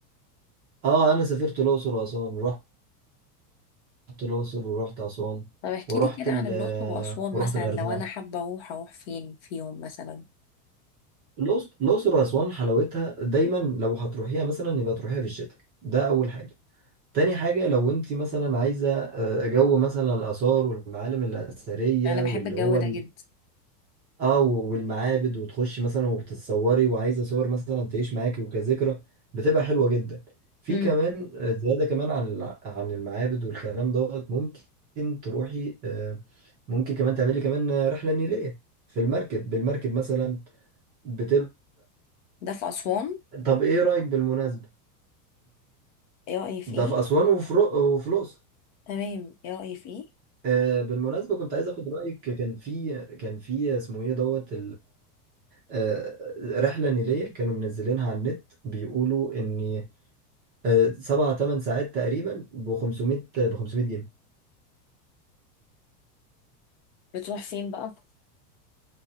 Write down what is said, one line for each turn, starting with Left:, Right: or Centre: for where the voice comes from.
Right: اه انا سافرت الاقصر واسوان رحت الاقصر ورحت اسوان
Left: طب احكي
Right: ورحت
Left: لي كده
Right: ال
Left: عن الاقصر واسوان
Right: ورحت
Left: مثلا
Right: الغردقه
Left: لو انا حابه اروح اروح فين فيهم مثلا
Right: الأقص- الاقصر واسوان حلاوتها دايما لو هتروحيها مثلا يبقى تروحيها في الشتاء ده اول حاجه تاني حاجه لو انت مثلا عايزه آه، جو مثلا الاثار والمعالم الاثريه
Left: انا بحب
Right: واللي
Left: الجو
Right: هو
Left: ده جدا
Right: اه و- والمعابد وتخشي مثلا وبتتصوري وعايزه صور مثلا تعيش معاكي وكذكرى بتبقى حلوه جدا في
Left: امم
Right: كمان آه، زياده كمان عن الع- عن المعابد والكلام دوت ممكن تروحي آه، ممكن كمان تعملي كمان آه، رحله نيليه في المركب بالمركب مثلا بتبقى
Left: ده في اسوان
Right: طب ايه رايك بالمناسبه
Left: ايه رايي في
Right: ده
Left: ايه
Right: في اسوان وفي رو- وفي الاقصر
Left: تمام ايه رايي في ايه
Right: آه، بالمناسبه كنت عايز اخد رايك كان في كان في اسمه ايه دوت آه، رحلة نيلية كانوا منزلينها على النت بيقولوا إن آه، سبعة تمن ساعات تقريبا ب 500 ب 500 جنيه
Left: بتروح فين بقى